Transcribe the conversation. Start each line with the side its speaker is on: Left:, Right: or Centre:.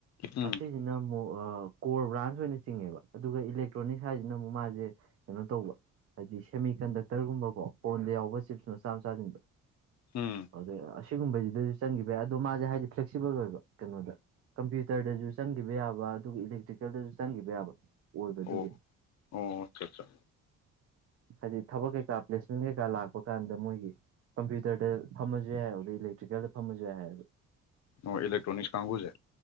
Left: ꯎꯝ
Right: ꯑꯁꯤꯁꯤꯅ ꯑꯃꯨꯛ ꯑ ꯀꯣꯔ ꯕ꯭ꯔꯥꯟꯁ ꯑꯣꯏꯅ ꯆꯤꯡꯉꯦꯕ ꯑꯗꯨꯒ ꯏꯂꯦꯛꯇ꯭ꯔꯣꯅꯤꯛꯁ ꯍꯥꯏꯖꯤꯅ ꯑꯃꯨꯛ ꯃꯥꯖꯦ ꯀꯩꯅꯣ ꯇꯧꯕ ꯍꯥꯏꯗꯤ ꯁꯦꯃꯤ ꯀꯟꯗꯛꯇꯔꯒꯨꯝꯕ ꯀꯣ ꯐꯣꯟꯗ ꯌꯥꯎꯕ ꯆꯤꯞꯁ ꯃꯆꯥ ꯃꯆꯥꯁꯤꯡꯗ
Left: ꯎꯝ
Right: ꯑꯗꯩ ꯑꯁ ꯁꯤꯒꯨꯝꯕꯖꯤꯗꯁꯨ ꯆꯪꯒꯤꯕ ꯌꯥꯏ ꯑꯗꯣ ꯃꯥꯖꯦ ꯍꯥꯏꯗꯤ ꯐ꯭ꯂꯦꯛꯁꯤꯕꯜ ꯑꯣꯏꯕ ꯀꯩꯅꯣꯗ ꯀꯝꯄ꯭ꯌꯨ ꯇꯔꯗꯖꯨ ꯆꯪꯒꯤꯕ ꯌꯥꯕ ꯑꯗꯨꯒ ꯏꯂꯦꯛꯇ꯭ꯔꯤꯀꯦꯜꯗꯖꯨ ꯆꯪꯒꯤꯕ ꯌꯥꯕ ꯑꯣꯏꯕꯗꯨꯒꯤ
Left: ꯑꯣ ꯑꯣ ꯑꯠꯆꯥ ꯑꯠꯆꯥ
Right: ꯍꯥꯏꯗꯤ ꯊꯕꯛ ꯀꯩꯀꯥ ꯄ꯭ꯂꯦꯁꯃꯦꯟ ꯀꯩꯀꯥ ꯂꯥꯛꯄ ꯀꯥꯟꯗ ꯃꯣꯏꯒꯤ ꯀꯝꯄ꯭ꯌꯨꯇꯔꯗ ꯐꯝꯃꯁꯨ ꯌꯥꯏ ꯑꯗꯨꯗꯩ ꯏꯂꯦꯛꯇ꯭ꯔꯤꯀꯦꯜꯗ ꯐꯝꯃꯁꯨ ꯌꯥꯏ ꯍꯥꯏꯌꯦꯕ
Left: ꯑꯣ ꯏꯂꯦꯛꯇ꯭ꯔꯣꯅꯤꯛꯁ ꯀꯥꯡꯒꯨꯁꯦ